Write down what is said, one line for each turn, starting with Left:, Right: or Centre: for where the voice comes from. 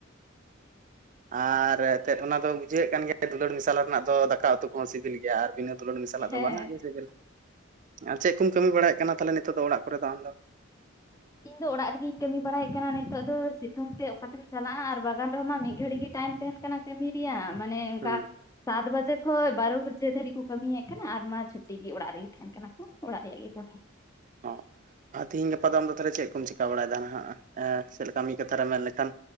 Right: ᱟᱨ ᱮᱱᱛᱮᱫ ᱚᱱᱟ ᱫᱚ ᱵᱩᱡᱷᱟᱹᱜ ᱠᱟᱱ ᱜᱮᱭᱟ ᱫᱩᱞᱟᱹᱲ ᱢᱮᱥᱟᱞ ᱨᱮᱱᱟᱜ ᱫᱚ ᱫᱟᱠᱟ ᱩᱛᱩ ᱠᱚᱦᱚᱸ ᱥᱤᱵᱤᱞ ᱜᱮᱭᱟ᱾ ᱟᱨ ᱵᱤᱱᱟᱹ ᱫᱩᱞᱟᱹᱲ ᱢᱮᱥᱟᱞᱟᱜ
Left: ᱦᱮᱸ
Right: ᱫᱚ ᱵᱟᱝᱟᱜ ᱜᱮᱭᱟ ᱡᱮᱵᱤᱞᱟ ᱟᱨ ᱪᱮᱫ ᱠᱚᱢ ᱠᱟᱹᱢᱤ ᱵᱟᱲᱟᱭᱮᱫ ᱠᱟᱱᱟ ᱛᱟᱞᱦᱮ ᱱᱤᱛᱚᱜ ᱫᱚ ᱚᱲᱟᱜ ᱠᱚᱨᱮ ᱫᱚ ᱟᱢᱫᱚ
Left: ᱤᱧ ᱫᱚ ᱚᱲᱟᱜ ᱨᱮᱜᱤᱧ ᱠᱟᱹᱢᱤ ᱵᱟᱲᱟᱭᱮᱫ ᱠᱟᱱᱟ ᱱᱤᱛᱚᱜ ᱫᱚ ᱥᱤᱛᱩᱝ ᱛᱮ ᱚᱠᱟᱛᱮᱢ ᱪᱟᱞᱟᱜᱼᱟ ᱟᱨ ᱵᱟᱜᱟᱱ ᱨᱮᱦᱚ ᱢᱟ ᱢᱤᱫ ᱜᱷᱟᱹᱲᱤ ᱜᱮ ᱴᱟᱭᱤᱢ ᱛᱟᱦᱮᱱ ᱠᱟᱱᱟ ᱠᱟᱹᱢᱤ ᱨᱮᱭᱟᱜ ᱢᱟᱱᱮ ᱚᱝᱠᱟ
Right: ᱦᱩᱸ
Left: ᱥᱟᱛ ᱵᱟᱡᱮ ᱠᱷᱚᱡ ᱵᱟᱨᱚ ᱵᱟᱡᱮ ᱫᱷᱵᱤᱡ ᱠᱚ ᱠᱟᱹᱢᱤᱭᱮᱫ ᱠᱟᱱᱟ ᱟᱨ ᱢᱟ ᱪᱷᱩᱴᱤ ᱜᱮ ᱚᱲᱟᱜ ᱨᱮᱜᱮ ᱛᱟᱦᱮᱱ ᱢᱮ ᱠᱟᱱᱟ ᱠᱚ ᱚᱲᱟᱜ ᱨᱮᱭᱟᱜ ᱜᱮ ᱠᱟᱹᱢᱤ
Right: ᱚ ᱟᱨ ᱛᱤᱦᱤᱧ ᱜᱟᱯᱟ ᱫᱚ ᱟᱢ ᱫᱚ ᱛᱟᱦᱚᱞᱮ ᱪᱮᱫ ᱠᱚᱢ ᱪᱤᱠᱟᱹ ᱵᱟᱲᱟᱭᱮᱫᱟ ᱦᱟᱜ ᱮᱸ ᱪᱮᱫ ᱞᱮᱠᱟ ᱢᱤᱫ ᱠᱟᱛᱷᱟᱨᱮ ᱢᱮᱱ ᱞᱮᱠᱷᱟᱱ